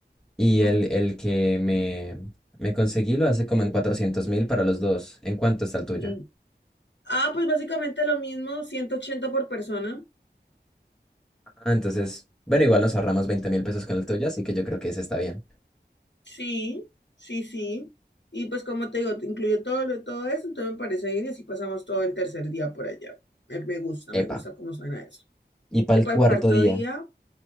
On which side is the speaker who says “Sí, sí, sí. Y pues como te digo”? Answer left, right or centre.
Left